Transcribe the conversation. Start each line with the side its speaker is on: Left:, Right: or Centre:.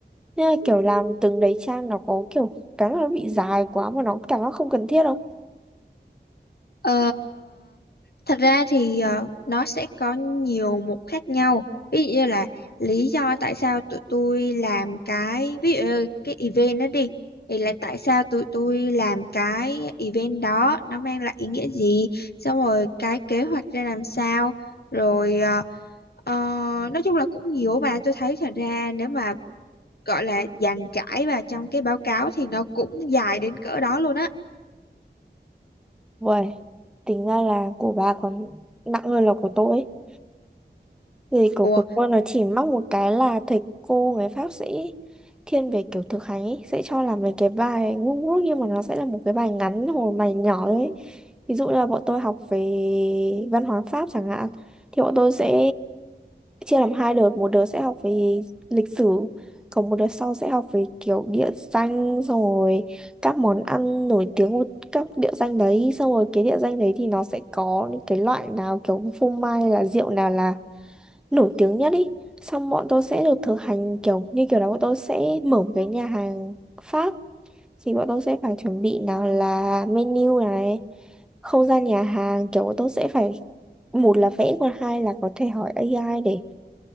Centre: Nên là kiểu làm từng đấy trang nó có kiểu cái mà nó bị dài quá mà nó cảm giác không cần thiết không?
Left: Ờ, thật ra thì ờ, nó sẽ có nhiều mục khác nhau. Ví dụ như là lý do tại sao tụi tôi làm cái ví dụ như cái event đó đi thì là tại sao tụi tôi làm cái event đó nó mang lại ý nghĩa gì xong rồi cái kế hoạch ra làm sao rồi ờ, ờ, nói chung là cũng nhiều và tôi thấy thật ra nếu mà gọi là dàn trải vào trong cái báo cáo thì nó cũng dài đến cỡ đó luôn á.
Centre: Uầy, tính ra là của bà còn nặng hơn là của tôi. ấy. Vì của
Left: Ủa
Centre: của tôi nó chỉ mắc một cái là thầy cô người Pháp sẽ thiên về kiểu thực hành ấy, sẽ cho làm mấy cái bài ngu ngốc nhưng mà nó sẽ là một cái bài ngắn hồi bài nhỏ ấy. Ví dụ như là bọn tôi học về văn hóa Pháp chẳng hạn thì bọn tôi sẽ chia làm hai đợt một đợt sẽ học về lịch sử còn một đợt sau sẽ học về kiểu địa danh rồi các món ăn nổi tiếng của các địa danh đấy xong rồi cái địa danh đấy thì nó sẽ có những cái loại nào kiểu phô mai hay là rượu nào là nổi tiếng nhất ý xong bọn tôi sẽ được thực hành kiểu như kiểu là bọn tôi sẽ mở một cái nhà hàng Pháp thì bọn tôi sẽ phải chuẩn bị nào là menu này không gian nhà hàng kiểu bọn tôi sẽ phải một là vẽ còn hai là có thể hỏi AI để